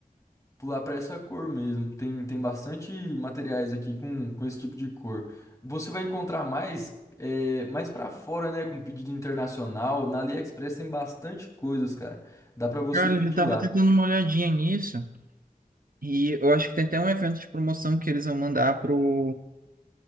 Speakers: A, on the left; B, on the right.
A: pular para essa cor mesmo. Tem, tem bastante materiais aqui com, com esse tipo de cor. Você vai encontrar mais é, mais para fora, né, com pedido internacional. Na AliExpress tem bastante coisas, cara. Dá para você
B: Cara,
A: pedir
B: eu já tava
A: lá.
B: até dando uma olhadinha nisso. E eu acho que tem até um evento de promoção que eles vão mandar pro.